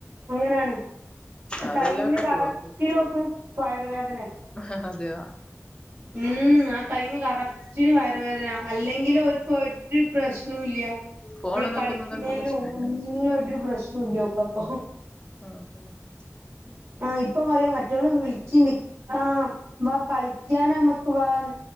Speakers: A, on the right; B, on the left.
A: അങ്ങനാണ്
B: അതെല്ലാ
A: ടൈമിന്
B: കുട്ടികൾക്കും
A: കറക്റ്റ്നോക്ക് വയർവേദന വരും
B: ഹ ഹ അതെയോ
A: ഉം ആ ടൈമ് കറക് ച്ചിരി വയറുവേദന അല്ലെങ്കിൽ ഓർക്ക് ഒരു പ്രശ്നുംല്ലാ
B: ഫോണ്
A: ഓള്
B: നോക്കുന്നെങ്കി
A: കളിക്ക്ണേൽ
B: എന്ത് പ്രശ്നല്ല
A: ഒന്നും ഒരു പ്രശ്നല്ലാ ഓക്കപ്പം
B: ആ <unintelligible>
A: ആഹ് ഇപ്പം പറയാ മറ്റോള് വിളിക്കിണ്ട് ആ വാ കളിക്കൻ നമ്മക്ക് വാന്ന്